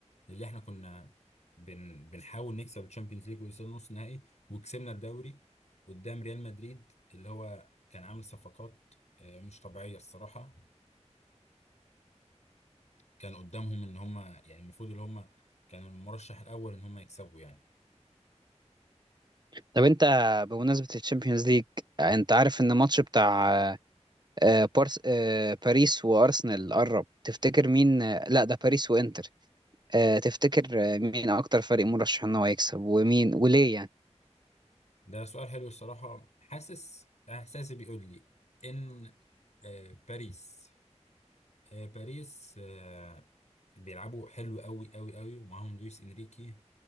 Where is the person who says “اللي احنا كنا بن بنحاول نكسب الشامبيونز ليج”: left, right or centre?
Left